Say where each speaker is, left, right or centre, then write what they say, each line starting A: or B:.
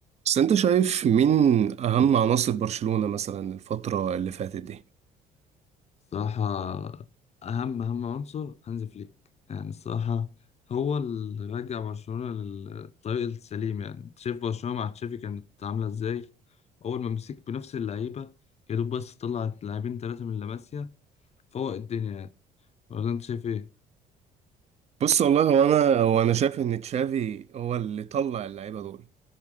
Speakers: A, on the right; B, on the left.
A: بس انت شايف مين اهم عناصر برشلونة مثلا الفترة اللي فاتت دي
B: الصراحة أهم أهم عنصر هانز فليك يعني الصراحة هو اللي رجع برشلونة للطريق السليم يعني أنت شايف برشلونة مع تشافي كانت عاملة إزاي أول ما مسك بنفس اللعيبة يا دوب بس طلع لاعبين ثلاثة من لاماسيا فوق الدنيا يعني ولا أنت شايف إيه؟
A: بص والله هو انا هو انا شايف ان تشافي هو اللي طلع اللعيبة دول